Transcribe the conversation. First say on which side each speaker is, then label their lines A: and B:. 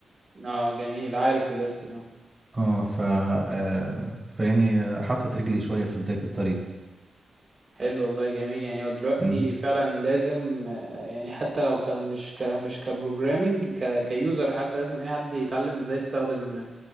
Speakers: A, on the right (about 45°); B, on the right (about 20°).
A: اه جميل عارف يوداستي اه
B: اه ف آه، فيعني حطت رجلي شويه في بدايه الطريق
A: حلو والله جميل يعني هو دلوقتي
B: مم.
A: فعلا لازم آه، يعني حتى لو ك مش ك مش كبروجرامينج ك كيوزر حتى لازم اي حد يتعلم ازاي يستخدم